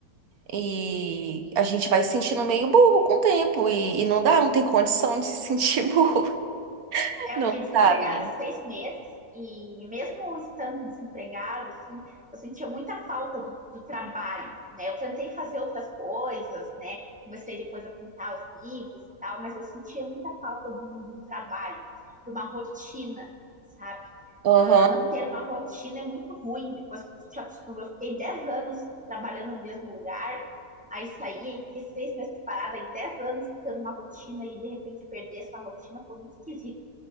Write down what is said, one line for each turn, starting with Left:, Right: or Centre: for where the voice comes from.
Right: E a gente vai se sentindo meio burro com o tempo. E, e não dá, não tem condição de se sentir burro. <laughs>
Centre: É,
Right: Não
Centre: eu fiquei desempregada
Right: dá, menina.
Centre: seis meses e mesmo estando desempregada, assim, eu sentia muita falta do, do trabalho, né? Eu tentei fazer outras coisas, né? Comecei depois a pintar os livros e tal, mas eu sentia muita falta de um, de um trabalho, de uma rotina, sabe?
Right: Aham.
Centre: Ah, não ter uma rotina é muito ruim, depois que você se acostuma. Eu fiquei 10 anos trabalhando no mesmo lugar, aí saí, aí fiquei seis meses parada, aí 10 anos tendo uma rotina e de repente perder essa rotina foi muito esquisito,